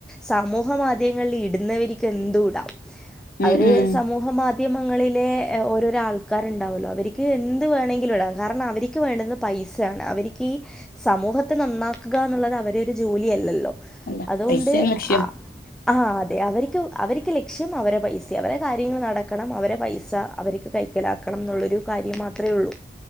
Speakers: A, in the centre; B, on the left (about 50°).
A: സാമൂഹ മാധ്യങ്ങളിൽ ഇട്ന്നവര്ക്ക് എന്തുടാം
B: ഉം
A: അവര്
B: ഉം
A: സമൂഹ മാധ്യമങ്ങളിലെ ഓരോരോ ആൾക്കാര്ണ്ടാവൊല്ലോ അവര്ക്ക് എന്ത് വേണ ങ്കിലും ഇടാ കാരണം അവര്ക്ക് വേണ്ടുന്നെഹ് പൈസയാണ് അവര്ക്ക് സമൂഹത്തെ നന്നാക്കുകഎന്നുള്ളത് അവരെ ഒരു ജോലിയല്ലല്ലോ
B: അല്ല
A: അതുകൊണ്ട്
B: പൈസയാണ് ലക്ഷ്യം
A: ആ ആഹ് അതെ അവര്ക്ക് അവര്ക്ക് ലക്ഷ്യം അവരെ പൈസ്യാ അവരെ കാര്യങ്ങൾ നടക്കണം അവരെ പൈസ അവര്ക്ക് കൈക്കലാക്കണംന്നുള്ളൊരു കാര്യം മാത്രേ ഉള്ളൂ